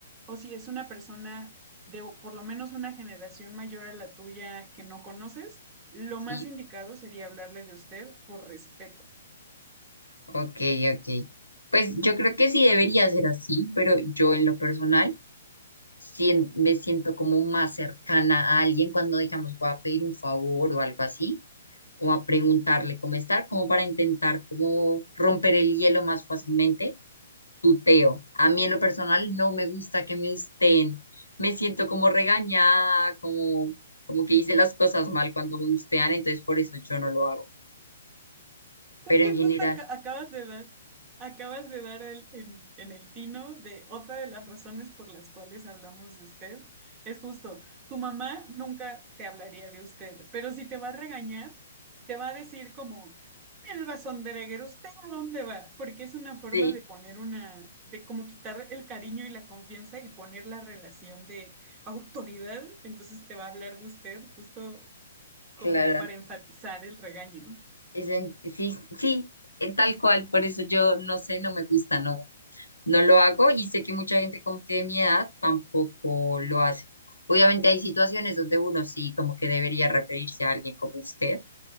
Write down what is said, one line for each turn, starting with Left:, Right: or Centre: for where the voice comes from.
Right: o si es una persona de o- por lo menos una generación mayor a la tuya que no conoces, lo
Left: Sí,
Right: más indicado sería hablarle de usted por respeto.
Left: ok, ok. Pues yo creo que sí debería ser así, pero yo en lo personal sien- me siento como más cercana a alguien cuando, digamos, voy a pedir un favor o algo así, o a preguntarle cómo estar, como para intentar como romper el hielo más fácilmente. tuteo. A mí en lo personal no me gusta que me usteen. Me siento como regañada, como, como que hice las cosas mal cuando me ustean, entonces por eso yo no lo hago.
Right: Es
Left: Pero
Right: que
Left: en general,
Right: justo aca- acabas de dar, acabas de dar el- en, en el tino de otra de las razones por las cuales hablamos de usted. Es justo, tu mamá nunca te hablaría de usted, pero si te va a regañar, te va a decir como, el rezondereguero, ¿usted a dónde va? Porque es una forma
Left: sí,
Right: de poner una, de como quitar el cariño y la confianza y poner la relación de autoridad. Entonces te va a hablar de usted justo
Left: claro.
Right: como para enfatizar el regaño.
Left: Es en- sí, sí, eh, tal cual. Por eso yo no sé, no me gusta, no, no lo hago y sé que mucha gente como que de mi edad tampoco lo hace. Obviamente hay situaciones donde uno sí como que debería referirse a alguien como usted,